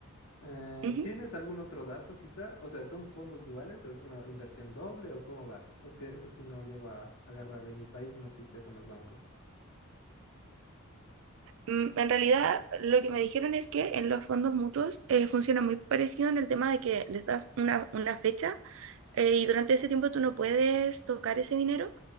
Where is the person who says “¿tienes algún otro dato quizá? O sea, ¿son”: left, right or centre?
Left